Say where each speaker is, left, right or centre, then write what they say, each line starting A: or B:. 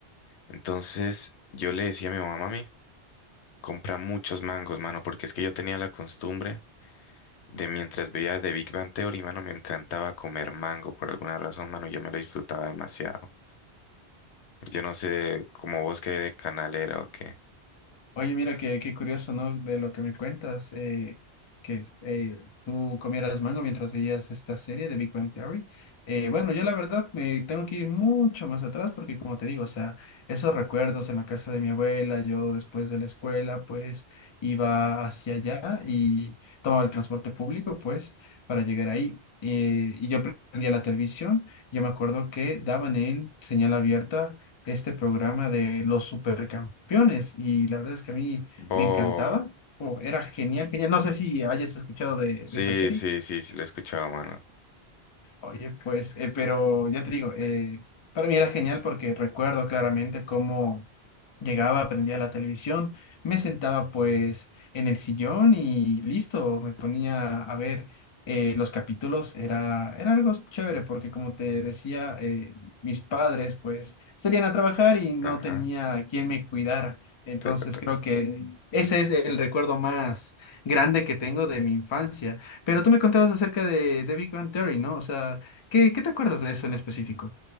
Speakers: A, on the left; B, on the left.
A: Entonces yo le decía a mi mamá, mami, compra muchos mangos, mano, porque es que yo tenía la costumbre. De mientras veía de Big Bang Theory, mano, me encantaba comer mango por alguna razón, mano, yo me lo disfrutaba demasiado. Yo no sé como vos qué canal era o qué.
B: Oye, mira, qué, qué curioso, ¿no? De lo que me cuentas, eh, que eh, tú comieras mango mientras veías esta serie de Big Bang Theory. Eh, bueno, yo la verdad me tengo que ir mucho más atrás porque, como te digo, o sea, esos recuerdos en la casa de mi abuela, yo después de la escuela, pues iba hacia allá y tomaba el transporte público, pues, para llegar ahí. Eh, y yo prendía la televisión. Yo me acuerdo que daban en señal abierta este programa de los supercampeones y la verdad es que a mí
A: Bo.
B: me encantaba, o era genial, genial. No sé si hayas escuchado de,
A: Sí,
B: de esta serie.
A: sí, sí, sí, lo he escuchado mano.
B: Oye, pues, eh, pero ya te digo, eh, para mí era genial porque recuerdo claramente cómo llegaba, prendía la televisión, me sentaba pues en el sillón y listo, me ponía a ver eh, los capítulos, era, era algo chévere porque como te decía, eh, mis padres pues salían a trabajar y no
A: Ajá.
B: tenía quien me cuidara. Entonces
A: Te- te-
B: creo que ese es el recuerdo más grande que tengo de mi infancia pero tú me contabas acerca de, de Big Bang Theory, ¿no? O sea, ¿qué, qué te acuerdas de eso en específico?